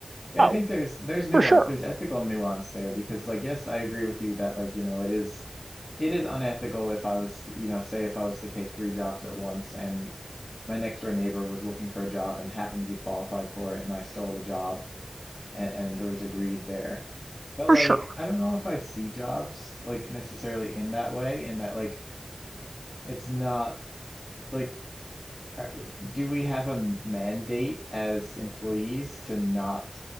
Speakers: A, on the left; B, on the right.
A: Yeah,
B: Oh,
A: I think there's there's nuance.
B: for sure.
A: There's ethical nuance there because like yes, I agree with you that like, you know, it is it is unethical if I was, to- you know, say if I was to take three jobs at once and my next door neighbor was looking for a job and happened to be qualified for it and I stole the job and, and there was a greed there. But
B: For
A: like,
B: sure.
A: I don't know if I see jobs like necessarily in that way, in that like it's not like uh, Do we have a mandate as employees to not